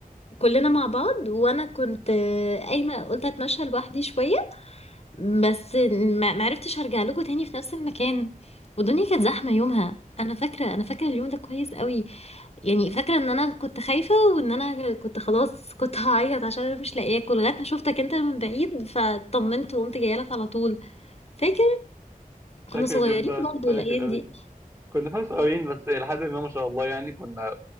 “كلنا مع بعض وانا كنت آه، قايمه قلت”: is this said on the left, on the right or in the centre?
Left